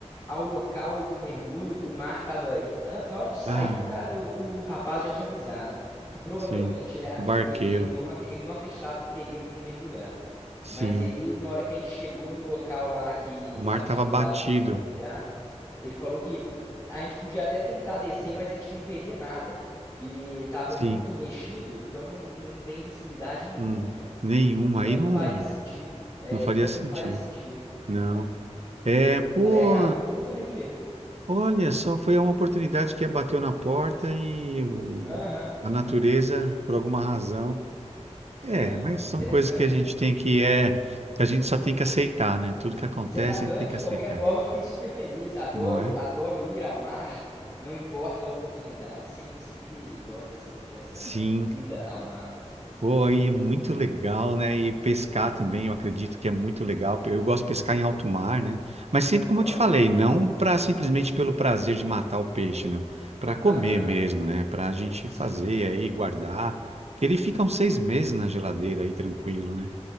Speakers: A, on the left; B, on the right.
A: ao local do mergulho, o mar estava. Na na hora de sair,
B: Ah,
A: o cara, o, o rapaz já tinha avisado que provavelmente
B: sim.
A: ele, a-
B: O barqueiro.
A: e- ele não, ac- ele não acreditava que teria como mergulhar.
B: Sim.
A: Mas e aí, na hora que a gente chegou no local lá que
B: O
A: estava
B: mar estava
A: estipulado
B: batido.
A: para a gente mergulhar, ele falou que a gente podia até tentar descer, mas a gente não veria nada, que estava
B: Sim.
A: muito mexido, então não, não tem visibilidade nenhuma,
B: Hum.
A: né?
B: Nenhuma
A: Então
B: aí não,
A: não faria sentido. É,
B: não faria
A: ele falou
B: sentido.
A: que não faria sentido.
B: Não.
A: É.
B: É, pô,
A: Aí acabou que eu nunca mergulhei.
B: olha só, foi uma oportunidade que é, bateu na porta e o-
A: Aham,
B: a natureza, por alguma razão, É,
A: é,
B: mas são
A: interessante,
B: coisas que a gente
A: né?
B: tem que é, que a gente só tem que aceitar, né? Tudo que acontece
A: Você tá doido.
B: a gente tem que
A: De
B: aceitar,
A: qualquer forma, eu fiquei super feliz. Adoro,
B: não é?
A: adoro ir ao mar. E não importa a oportunidade, sempre, sempre gosto dessa, dessa
B: Sim.
A: ida ao mar, assim, é sempre
B: Pô,
A: gostoso.
B: aí é muito legal, né? E pescar também, eu acredito que é muito legal. Eu gosto de pescar em alto mar, né? Mas sempre como
A: Ó,
B: eu te falei,
A: legal.
B: não para simplesmente pelo prazer de matar o peixe, não. Para comer
A: Aham,
B: mesmo, né? Para a gente
A: sim,
B: fazer
A: sim.
B: aí, guardar. Que ele fica uns seis meses na geladeira aí, tranquilo, né?